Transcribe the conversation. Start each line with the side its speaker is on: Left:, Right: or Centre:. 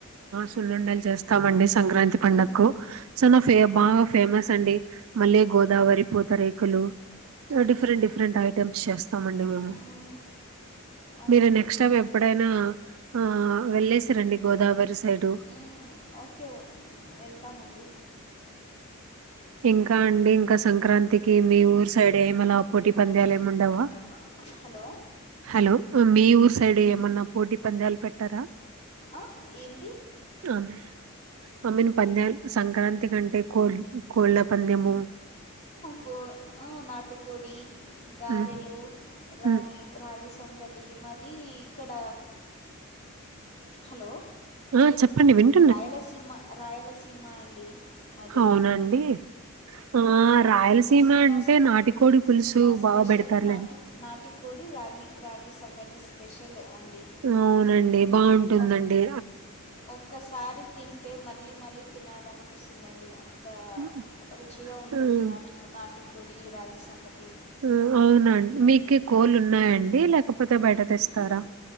Right: సుండుండలే చేస్తామండి సంక్రాంతి
Left: మ్మ్,
Right: పండగకు సొ నా ఫే బాగా ఫేమస్ అండి మళ్ళీ గోదావరి పూత రేకులు
Left: మ్హూ,
Right: డిఫరెంట్ డిఫరెంట్ ఐటమ్స్ చేస్తామండి మేము
Left: మ్మ్, అవును
Right: మీరు నెక్స్ట్ టైం ఎప్పుడైనా ఆ వెళ్ళేసి రండి గోదావరి సైడు
Left: మ్మ్, ఓకే వెళ్తామండి
Right: ఇంకా
Left: మ్మ్,
Right: అండి ఇంకా సంక్రాంతికి మీ ఊరు సైడ్ ఏమనా
Left: మ్మ్,
Right: పోటీ పంద్యాలు ఏమిండవా
Left: ఏముండవా హలో
Right: హలో మీ ఊరు సైడ్ ఏమన్నా పోటీ పంద్యాలు పెట్టారా
Left: ఆ ఏం
Right: ఆమె ఆమను పంద్యాలు సంక్రాంతి కంటే ఎకో కోల్ళ పందేము
Left: కో నాటుకోడి గారెలు
Right: ఉమ్.
Left: రాగి
Right: హ్మ్.
Left: రాగి సంకటి అడి మరీ ఇక్కడ హలో
Right: ఆ చెప్పండి విన్న
Left: రాయలసీమ రాయలసీమ అండి మాది
Right: అవునండి ఆ రాయలసీమ
Left: సీమ
Right: అంటే
Left: స్పె-
Right: నాటికోడి పులుసు
Left: సీమ స్పెషల్
Right: బాగా పెడతారులేండి
Left: నాటి నాటుకోడి రాగి రాగి సంగటి స్పెషల్ అండి
Right: అవునండి బాగుంటుందండి
Left: ఒక్- ఒక్కసారి తింటే మళ్ళీ మళ్ళీ తినాలనిపిస్తుందండి అ అ
Right: హ్మ్.
Left: మంచిిగా ఉంటుంది
Right: హ్మ్.
Left: నాటి నాటి కోడి రాజ సంగటి
Right: ఆ అవునండి మీకు కోలు ఉన్నాయండి లేకపోతే బయట తెస్తారా
Left: ఉమ్,